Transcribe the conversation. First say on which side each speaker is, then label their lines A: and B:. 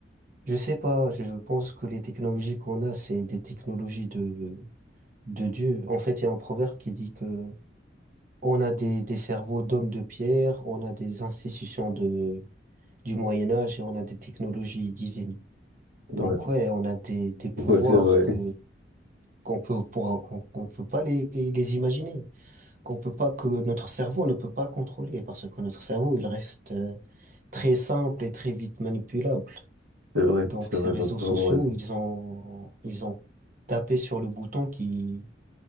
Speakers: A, on the right (about 45°); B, on the right (about 75°).
A: Je sais pas, je je pense que les technologies qu'on a, c'est des technologies de, de Dieu. En fait, il y a un proverbe qui dit que on a des, des cerveaux d'hommes de pierre, on a des institutions de, du Moyen Âge et on a des technologies divines.
B: Ouais,
A: Donc ouais, on a des, des pouvoirs
B: <laughs> ouais, c'est vrai.
A: que
B: <laughs>
A: qu'on peut pour, on, qu'on peut pas les, les imaginer, qu'on peut pas que notre cerveau ne peut pas contrôler parce que notre cerveau, il reste euh, très simple et très vite manipulable.
B: C'est vrai,
A: Donc
B: c'est
A: ces
B: vrai,
A: réseaux
B: t'as totalement
A: sociaux,
B: raison.
A: ils ont ils ont tapé sur le bouton qui